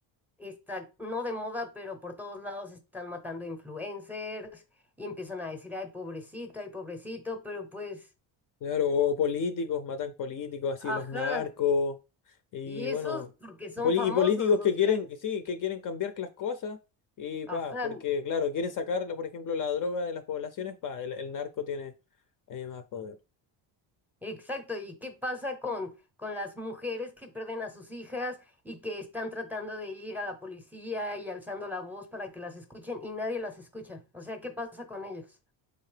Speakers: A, in the centre; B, on the left (about 45°).
A: está no de moda, pero por todos lados están matando influencers y empiezan a decir, ay, pobrecito, ay, pobrecito, pero pues,
B: Claro, o políticos, matan políticos, así
A: ajá,
B: los narcos, y
A: y
B: bueno,
A: esos porque son
B: poli-
A: famosos,
B: y políticos que
A: o sea,
B: quieren, y sí, que quieren cambiar las cosas, y
A: ajá,
B: pa, porque claro, quieren sacar, por ejemplo, la droga de las poblaciones, pa, el, el narco tiene eh, más poder.
A: exacto, ¿y qué pasa con, con las mujeres que pierden a sus hijas y que están tratando de ir a la policía y alzando la voz para que las escuchen y nadie las escucha? O sea, ¿qué pasa con ellos?